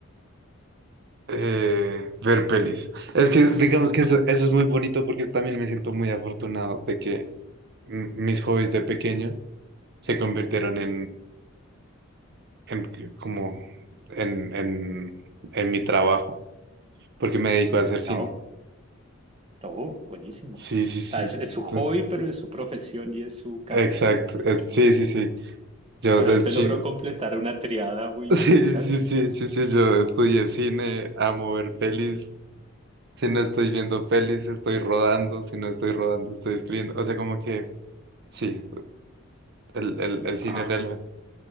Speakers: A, on the right; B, on the right.
A: Eh, ver pelis. Es que digamos que eso, eso es muy bonito porque también me siento muy afortunado de que mm, mis hobbies de pequeño se convirtieron en, en que- como en, en, en mi trabajo, porque me dedico a hacer cine.
B: No, todo, buenísimo.
A: Sí, sí, sí.
B: O sea, es, es su
A: Entonces,
B: hobby, pero es su profesión y es su carrera.
A: exacto.
B: O sea,
A: es-
B: es-
A: sí, sí, sí. Yo
B: o
A: de
B: sea, usted
A: chico.
B: logró completar
A: <laughs>
B: una triada muy
A: Sí,
B: interesante.
A: sí, sí, sí, sí. Yo estudié cine, amo ver pelis. Si no estoy viendo pelis, estoy rodando. Si no estoy rodando, estoy escribiendo. O sea, como que sí, el, el, el cine
B: Ah,
A: realmente.